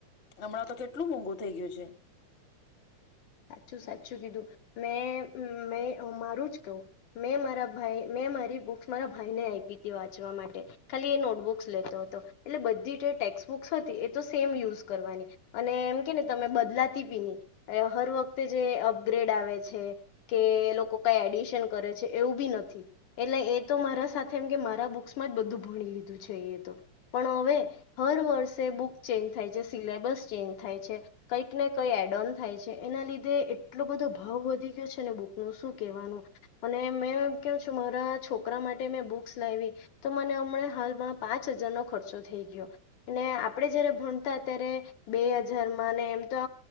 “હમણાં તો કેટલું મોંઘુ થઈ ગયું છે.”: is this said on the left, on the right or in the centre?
Left